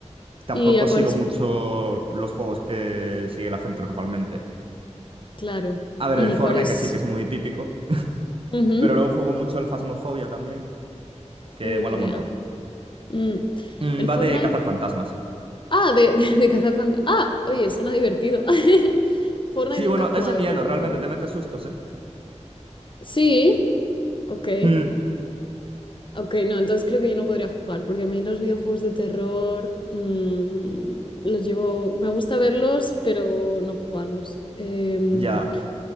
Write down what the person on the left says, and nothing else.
¿Y a
cuáles?
ju-
Claro.
¿Y
cuáles?
Ujú.
Una
idea.
Mm.
El Fortnite
Ah, de, <laughs> de, de cazar fantasmas. Ah, oye, suena divertido. <laughs> Fortnite
nunca
he jugado,
pero...
Sí. Ok.
Ok, no, entonces creo que yo no podría jugar, porque a mí los videojuegos de terror mm, los llevo... Me gusta verlos, pero no jugarlos. Em,